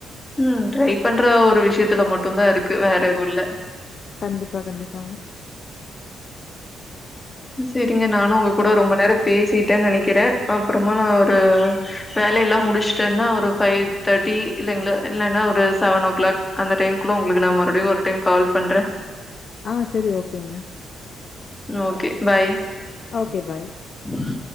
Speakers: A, on the left; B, on the left.
A: ம் ட்ரை பண்ற ஒரு விஷயத்துல மட்டுந்தா இருக்கு வேற எதுல
B: கண்டிப்பா கண்டிப்பா
A: ம் சரிங்க நானு உங்க கூட
B: அ
A: ரொம்ப நேரோ பேசிட்டே நெனைக்கிறே அப்றமா நா ஒரு வேலையெல்லா முடிச்சட்டன்னா ஒரு பஃவ் தேர்ட்டி இல்லங்கள இல்லைன்னா ஒரு செவன் ஓ கிளாக் அந்த டைம் க்லா உங்ளுக்கு நா மறுபடியு ஒரு டைம் கால் பண்றே
B: ஆ சரி ஓகேங்க
A: ஓகே பாய்
B: ஓகே பாய்
A: உ